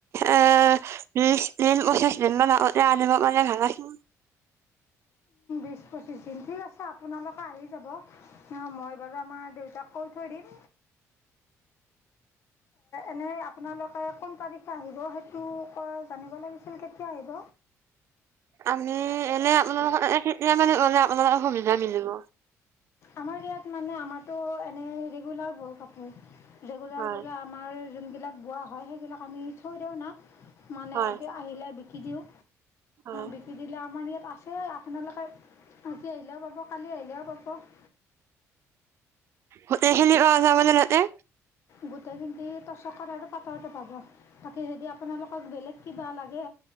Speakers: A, on the right; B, on the left.
A: এ বিচ দিন পঁচিছ দিনমান আগতে আনিব পাৰিলে মানে ভাল আছিল।
B: বিছ পঁচিছ দিন, ঠিক আছে আপোনালোকে আহি যাব মই বাৰু আমাৰ দেউতাক কৈ থৈ দিম। এনে আপোনালোকে কোন তাৰিখে আহিব সেইতো তো <unintelligible> জানিব লাগিছিল। আপোনি কেতিয়া আহিব?
A: আমি এনে আপোনালোকৰ তাতে কেতিয়া মানে গ'লে আপোনালোকৰ সুবিধা মিলিব?
B: আমাৰ ইয়াত মানে আমাৰতো এনেই ৰেগুলাৰ <unintelligible> কাপোৰ। ৰেগুলাৰ
A: হয়
B: বোলে আমাৰ যোন বিলাক বোৱা হয় সেইবিলাক আমি থৈ দিওঁ না। মানে
A: হয়
B: কি আহিলে বিকি দিওঁ,
A: হয়
B: বিকি দিলে আমাৰ ইয়াত আছে তোমালোকে আজি আহিলেও পাব কালি আহিলে আহিলেও পাব।
A: গোটেইখিনি পোৱা যাবনে তাতে?
B: গোটেইখিনি টচকৰ আৰু পাটৰটো পাব, বাকী যদি আপোনালোকক বেলেগ কিবা লাগে